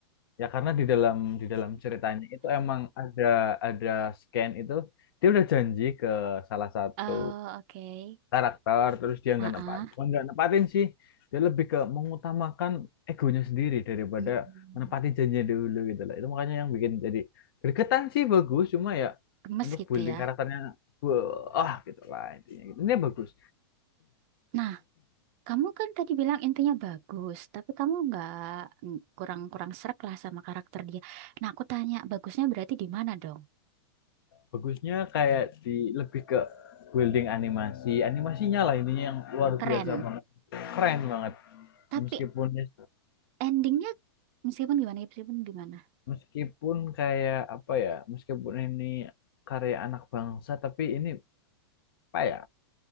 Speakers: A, on the left; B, on the right.
A: Ya karena di dalam di dalam ceritanya itu emang ada ada scan itu dia udah janji ke salah satu
B: Oh, oke.
A: karakter terus dia
B: Ah,
A: nggak nepat nggak nepatin sih dia lebih ke mengutamakan egonya sendiri daripada
B: hmm,
A: menepati janjinya dulu gitu lah itu makanya yang bikin jadi gregetan sih bagus cuma ya
B: gemes
A: untuk
B: gitu
A: building
B: ya.
A: karakternya wah gitu lah intinya gitu. ini bagus
B: Nah, kamu kan tadi bilang intinya bagus, tapi kamu nggak ng- kurang-kurang srek lah sama karakter dia. Nah, aku tanya, bagusnya berarti di mana dong?
A: bagusnya kayak di lebih ke building animasi animasinya lah ininya yang luar
B: Keren.
A: biasa banget keren banget
B: Tapi
A: meskipun ya,
B: endingnya meskipun gimana, meskipun gimana,
A: meskipun kayak apa ya meskipun ini karya anak bangsa tapi ini apa ya